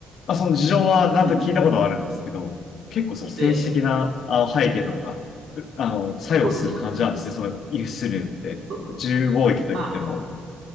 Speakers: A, on the left (about 65°); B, on the right (about 60°).
A: あ、あその事情はなんと聞いたことはあるんですけど、
B: うん
A: 結構その政治的なあ背景とかが、
B: で、
A: うあの、作用する感じなんですね。
B: そうです、そうです。
A: その輸出入って、
B: そ、
A: 自由貿易といっても。
B: あ、